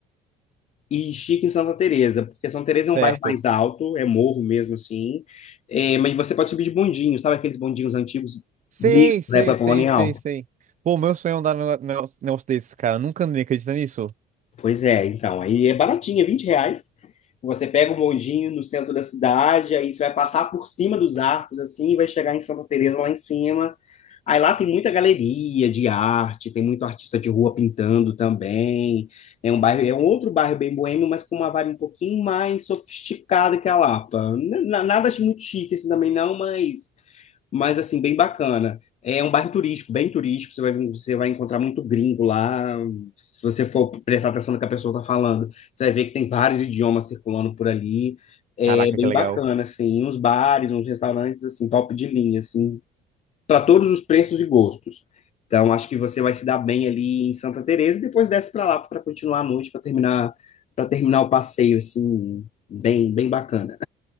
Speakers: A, on the left (about 40°); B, on the right (about 45°).
A: e estica em Santa Teresa, porque Santa Teresa
B: Certo.
A: é um bairro mais alto, é morro mesmo assim, é, mas você pode subir de bondinho, sabe aqueles bondinhos antigos
B: Sei,
A: mesmo
B: sei,
A: da época
B: sei,
A: colonial?
B: sei, sei. Pô, meu sonho é andar num negócio negócio desse, cara. Nunca andei, acredita nisso?
A: Pois é, então, aí é baratinho, é 20 reais. Você pega o moldinho no centro da cidade, aí você vai passar por cima dos arcos, assim, e vai chegar em Santa Teresa lá em cima. Aí lá tem muita galeria de arte, tem muito artista de rua pintando também. É um bairro, é um outro bairro bem boêmio, mas com uma vibe um pouquinho mais sofisticada que a Lapa. N- Nada muito chique assim também não, mas mas assim, bem bacana. É um bairro turístico, bem turístico, você vai, você vai encontrar muito gringo lá. Se você for prestar atenção no que a pessoa está falando, você vai ver que tem vários idiomas circulando por ali. É
B: Caraca,
A: bem
B: que legal.
A: bacana, assim, uns bares, uns restaurantes, assim, top de linha, assim, para todos os preços e gostos. Então, acho que você vai se dar bem ali em Santa Teresa e depois desce para lá para continuar a noite, para terminar, para terminar o passeio, assim, bem, bem bacana.